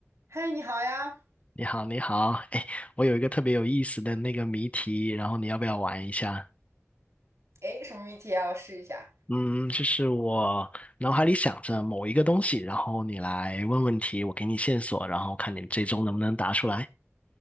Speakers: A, on the right (about 65°); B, on the left (about 25°).
A: 嗨，你好呀！
B: 你好，你好，哎，我有一个特别有意思的那个谜题，然后你要不要玩一下？
A: 哎，什么谜题啊？我试一下。
B: 嗯，就是我脑海里想着某一个东西，然后你来问问题，我给你线索，然后看你最终能不能答出来。